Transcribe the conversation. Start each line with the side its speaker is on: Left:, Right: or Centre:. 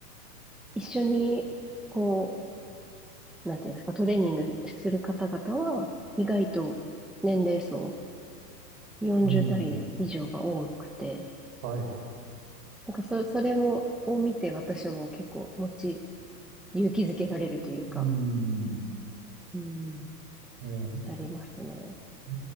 Centre: 一緒に、こう、なんていうんですか、トレーニングする方々は、意外と年齢層40代以上が多くて、
Right: うん。はい。
Centre: なんかそ、それも、を見て私も結構持ち、勇気づけられるというか、
Right: うん。
Centre: うん、
Right: えー
Centre: ありますね。
Right: え